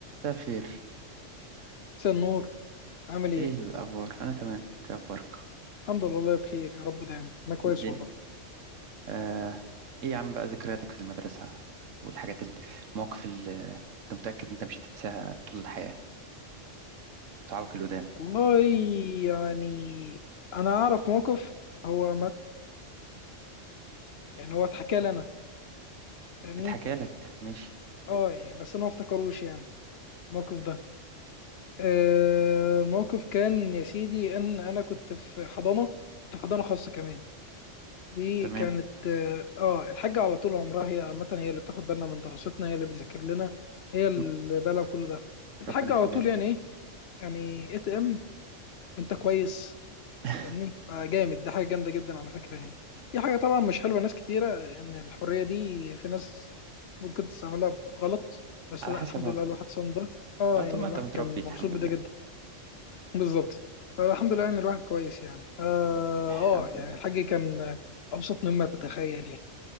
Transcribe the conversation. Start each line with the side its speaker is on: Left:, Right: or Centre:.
Right: مساء الخير
Left: مساء النور عامل ايه؟
Right: ايه الاخبار انا تمام إنت إيه اخبارك
Left: الحمد لله والله بخير يا رب دايما انا كويس
Right: ايه الدنيا
Left: والله
Right: آه ايه يا عم بقى ذكرياتك في المدرسه والحاجات ال- المواقف اللي انت متاكد انت مش هتنساها طول الحياه صحابك القدام
Left: والله يعني انا اعرف موقف هو مت يعني هو اتحكى لي انا فاهمني؟
Right: اتحكى لك ماشي
Left: اه يعني بس انا ما افتكروش يعني الموقف ده آه، الموقف كان يا سيدي ان انا كنت في حضانه كنت في حضانه خاصه كمان وكانت
Right: تمام
Left: اه آه، الحاجه على طول عمرها هي عامه هي اللي بتاخد بالنا من دراستنا هي اللي بتذاكر لنا هي اللي
Right: <laughs>
Left: بالها بكل ده الحاجه
Right: ربنا يخليها
Left: على طول
Right: لك
Left: يعني ايه يعني اي تي ام انت كويس
Right: <laughs>
Left: فاهمني فجامد ده حاجه جامده جدا على فكره يعني دي حاجه طبعا مش حلوه ناس كتيره ان الحريه دي في ناس ممكن تستعملها غلط بس
Right: على
Left: لا
Right: حسب
Left: الحمد
Right: اهو
Left: لله الواحد صان ده اه
Right: اه طول
Left: يعني
Right: ما
Left: الواحد
Right: انت متربي
Left: كان
Right: الحمد
Left: مبسوط بده
Right: لله
Left: جدا بالظبط فالحمد لله ان الواحد كويس يعني فا
Right: الحمد
Left: اه يعني
Right: لله
Left: الحاج كان ابسط مما تتخيل يعني